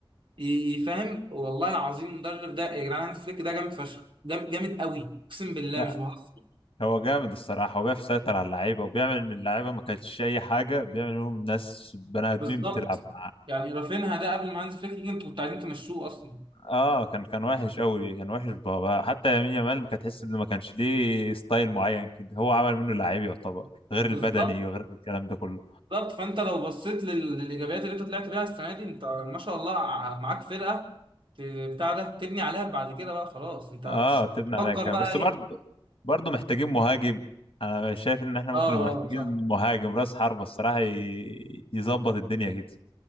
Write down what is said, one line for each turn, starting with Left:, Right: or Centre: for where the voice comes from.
Right: يفهم والله العظيم المدرب ده يا جدعان هانز فليك ده جامد فشخ جامد جامد قوي اقسم بالله
Left: لا
Right: مش بهزر
Left: هو جامد الصراحة وبيعرف يسيطر على اللعيبة وبيعمل من اللعيبة ما كانتش أي حاجة بيعمل منهم ناس بني آدمين
Right: بالظبط
Left: بتلعب معاه
Right: يعني رافينها ده قبل ما هانز فليك يجي انتوا كنتوا عايزين تمشوه اصلا
Left: اه كان كان وحش قوي كان وحش بابا حتى يمين يامال كانت تحس إن ما كانش ليه ستايل معين كده هو عمل منه لعيب يعتبر غير
Right: بالظبط
Left: البدني وغير الكلام ده كله
Right: بالظبط فانت لو بصيت لل- للايجابيات اللي انت طلعت بيها السنه دي انت ما شاء الله ع- معاك فرقه ت- بتاع ده تبني عليها بعد كده بقى خلاص انت
Left: اه
Right: مش
Left: تبني
Right: تفكر
Left: عليها كام
Right: بقى
Left: بس
Right: ايه
Left: برضه برضه محتاجين مهاجم انا شايف ان احنا
Right: اه
Left: ممكن نبقى
Right: اه
Left: محتاجين
Right: صح
Left: مهاجم راس حربة الصراحة ي- يظبط الدنيا كده